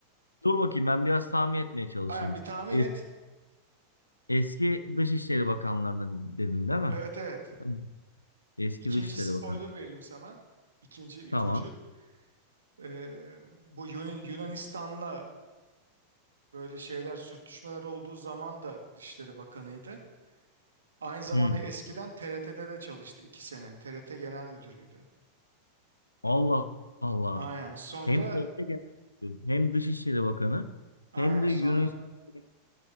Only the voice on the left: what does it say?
Dur bakayım ben biraz tahmin etmeye çalışayım.
E-
Eski Dışişleri Bakanlarından dedin değil mi?
Evet. Eski
Dışişleri
Bakanı.
Tamam.
Hmm.
Allah Allah.
Hem TRT Genel Müdürü, hem Dışişleri Bakanı
hem de
Yunanistan'da.